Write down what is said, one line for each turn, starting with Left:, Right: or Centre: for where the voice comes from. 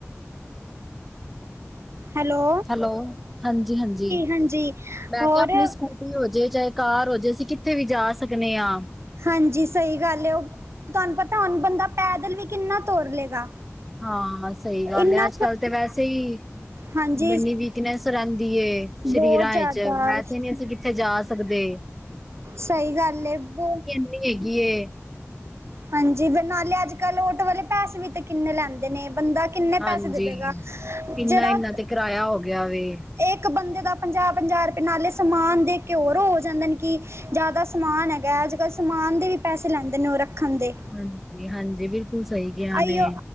Right: ਹੈਲੋ
Centre: ਹੈਲੋ, ਹਾਂਜੀ- ਹਾਂਜੀ
Right: ਹਾਂਜੀ
Centre: ਮੈਂ
Right: ਹੋਰ
Centre: ਕਿਹਾ ਆਪਣੀ ਸਕੂਟੀ ਹੋ ਜੇ ਚਾਹੇ ਕਾਰ ਹੋ ਜੇ ਅਸੀਂ ਕਿੱਥੇ ਵੀ ਜਾ ਸਕਨੇ ਆ।
Right: ਹਾਂਜੀ ਸਹੀ ਗੱਲ ਏ। ਉਹ ਤੁਹਾਨੂੰ ਪਤਾ ਹੁਣ ਬੰਦਾ ਪੈਦਲ ਵੀ ਕਿੰਨਾ ਤੁਰ ਲਏਗਾ।
Centre: ਹਾਂ---ਸਹੀ ਗੱਲ
Right: ਇੰਨਾ
Centre: ਏ ਅੱਜ ਕੱਲ ਤੇ ਵੈਸੇ ਈ।
Right: ਹਾਂਜੀ
Centre: ਬੀਨੀ ਵੀਕਨੈਸ ਰਹਿੰਦੀ ਏ
Right: ਬਹੁਤ
Centre: ਸਰੀਰਾਂ
Right: ਜ਼ਿਆਦਾ
Centre: ਵਿੱਚ, ਵੈਸੇ ਨਹੀਂ ਅਸੀਂ ਕਿੱਥੇ ਜਾ ਸਕਦੇ।
Right: ਸਹੀ ਗੱਲ ਏ ਬੋ
Centre: ਨੀ ਹੈਗੀ ਏ।
Right: ਹਾਂਜੀ ਬ- ਨਾਲੇ ਅੱਜ- ਕੱਲ ਆਟੋ ਵਾਲੇ ਪੈਸੇ ਵੀ ਤਾਂ ਕਿੰਨੇ ਨੇ ਬੰਦਾ ਕਿੰਨੇ
Centre: ਹਾਂਜੀ।
Right: ਪੈਸੇ ਦੇ - ਦੇਗਾ
Centre: ਇੰਨਾ-ਇੰਨਾ
Right: ਜਿਹੜਾ
Centre: ਤੇ ਕਿਰਾਇਆ ਹੋ ਗਿਆ ਵੇ।
Right: ਇਕ ਬੰਦੇ ਦਾ ਪੰਜਾਹ -ਪੰਜਾਹ ਰੁਪਏ ਨਾਲੇ ਸਮਾਨ ਦੇ ਕੇ ਹੋਰ ਹੋ ਜਾਂਦੇ ਨੇ ਕਿ ਜ਼ਿਆਦਾ ਸਮਾਨ ਹੈਗਾ। ਅੱਜ ਕੱਲ੍ਹ ਸਮਾਨ ਦੇ ਵੀ ਪੈਸੇ ਲੈਂਦੇ ਨੇ ਉਹ ਰੱਖਣ ਦੇ
Centre: ਹਾਂਜੀ, ਹਾਂਜੀ ਬਿਲਕੁਲ ਸਹੀ ਗਿਆ
Right: ਆਈਓ
Centre: ਜੇ,